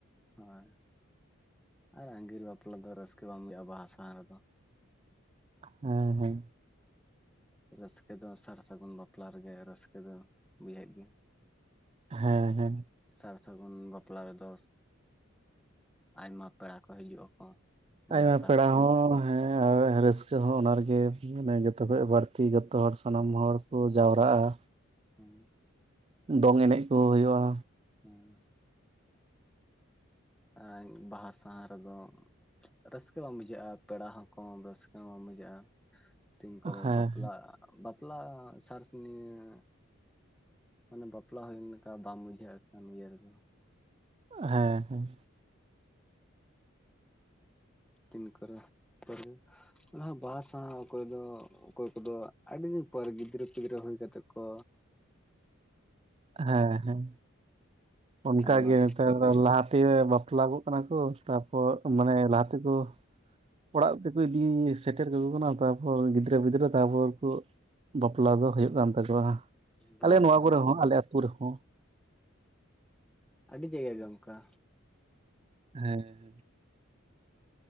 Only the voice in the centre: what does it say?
ᱦᱳᱭ ᱟᱨ ᱟᱸᱜᱤᱨ ᱵᱟᱯᱞᱟ ᱫᱚ ᱨᱟᱹᱥᱠᱟᱹ ᱵᱟᱝ ᱵᱩᱡᱷᱟᱹᱜᱼᱟ ᱵᱟᱦᱟ ᱥᱟᱶᱟ ᱨᱮᱫᱚ᱾
ᱨᱟᱹᱥᱠᱟᱹ ᱫᱚ ᱥᱟᱨ ᱥᱟᱹᱜᱩᱱ ᱵᱟᱯᱞᱟ ᱨᱮᱜᱮ ᱨᱟᱹᱥᱠᱟᱹ ᱫᱚ ᱵᱩᱡᱷᱟᱹᱜ ᱜᱮᱭᱟ᱾
ᱥᱟᱨ ᱥᱟᱹᱜᱩᱱ ᱵᱟᱯᱞᱟ ᱨᱮᱫᱚ ᱟᱭᱢᱟ ᱯᱮᱲᱟ ᱠᱚ ᱦᱤᱡᱩᱜ ᱟᱠᱚ,
ᱱᱮᱣᱛᱟ
ᱦᱩᱸ
ᱦᱮᱸ ᱟᱸ ᱵᱟᱦᱟ ᱥᱟᱶᱟ ᱨᱮᱫᱚ ᱨᱟᱹᱥᱠᱟᱹ ᱵᱟᱝ ᱵᱩᱡᱷᱟᱹᱜᱼᱟ ᱯᱮᱲᱟ ᱦᱚᱸᱠᱚ ᱨᱟᱹᱥᱠᱟᱹ ᱵᱟᱝ ᱵᱩᱡᱷᱟᱹᱜᱼᱟ ᱛᱤᱱ ᱠᱚᱨᱮ
ᱵᱟᱯᱞᱟ ᱵᱟᱯᱞᱟ ᱥᱟᱨᱥᱨᱤᱱᱤᱭᱟ ᱢᱟᱱᱮ ᱵᱟᱯᱞᱟ ᱦᱩᱭᱮᱱ ᱞᱮᱠᱟ ᱵᱟᱢ ᱵᱩᱡᱷᱟᱹᱣᱮᱫ ᱠᱟᱱᱟ ᱤᱭᱟᱹ ᱨᱮᱫᱚ
ᱛᱤᱱ ᱠᱚᱨᱮ ᱯᱟᱨᱩ ᱚᱱᱟ ᱦᱚᱸ ᱵᱟᱦᱟ ᱥᱟᱶᱟ ᱚᱠᱚᱭ ᱫᱚ ᱚᱠᱚᱭ ᱠᱚᱫᱚ ᱟᱹᱰᱤ ᱫᱤᱱ ᱯᱚᱨᱮ ᱜᱤᱫᱽᱨᱟᱹ ᱯᱤᱫᱽᱨᱟᱹ ᱦᱩᱭ ᱠᱟᱛᱮᱫ ᱠᱚ
ᱟᱭᱢᱟ
ᱫᱤᱱ
ᱵᱟᱦᱟ
ᱥᱟᱦᱟ
ᱟᱹᱰᱤ ᱡᱟᱭᱜᱟ ᱜᱮ ᱚᱱᱠᱟ